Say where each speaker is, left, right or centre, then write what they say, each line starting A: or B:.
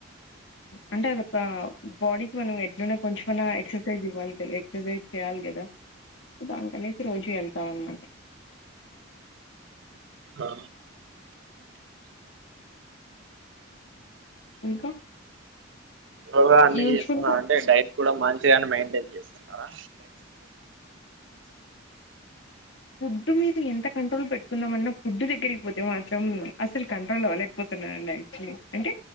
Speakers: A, on the left; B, on the right.
A: అంటే అదొక బాడీకి మనం ఎట్లన్నా కొంచెమన్నా ఎక్సర్సైజ్ ఇవ్వాలి ఎక్సర్సైజ్ చేయాలి కదా దానికనేసి రోజు వెళ్తాం అనమాట
B: ఆ
A: ఇంకా
B: యోగా అన్ని
A: యూజువల్
B: చేస్తున్నా
A: గా
B: అంటే డైట్ కూడా మంచిగానే మెయింటైన్ చేస్తుంటారా
A: ఫుడ్ మీద ఎంత కంట్రోల్ పెట్టుకున్నాదమన్నా ఫుడ్ దగ్గరికి పోతే మాత్రం అసలు కంట్రోల్ అవ్వలేకపోతున్న అండి అంటే